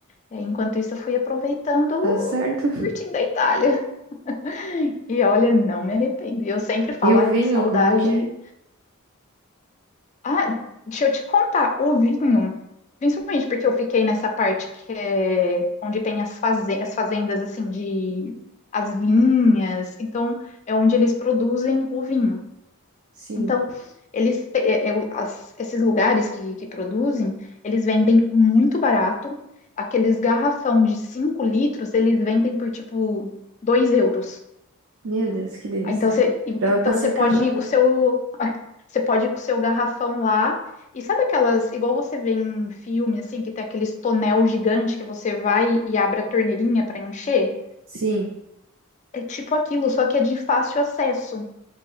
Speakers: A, on the left; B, on the right.
A: E aí, enquanto isso, eu fui aproveitando,
B: Tá certo.
A: curtindo a Itália. <laughs> E olha, não me arrependo. E eu sempre falo,
B: E
A: ai,
B: o vinho,
A: que saudade
B: como que é?
A: ah, deixa eu te contar, o vinho, principalmente porque eu fiquei nessa parte que é onde tem as, faze as fazendas assim de as vinhas, então é onde eles produzem o vinho.
B: Sim.
A: Então, eles te- é- é o- as- esses lugares que, que produzem, eles vendem muito barato. Aqueles garrafão de 5 litros, eles vendem por tipo 2 euros.
B: Meu Deus, que delícia.
A: Ah, Então
B: <laughs>
A: você, então
B: Dava pra ser
A: você
B: acabando,
A: pode ir com
B: né?
A: o seu você pode ir com o seu garrafão lá. E sabe aquelas, igual você vê em filme, assim, que tem aqueles tonel gigante que você vai e abre a torneirinha para encher?
B: Sim.
A: É tipo aquilo, só que é de fácil acesso.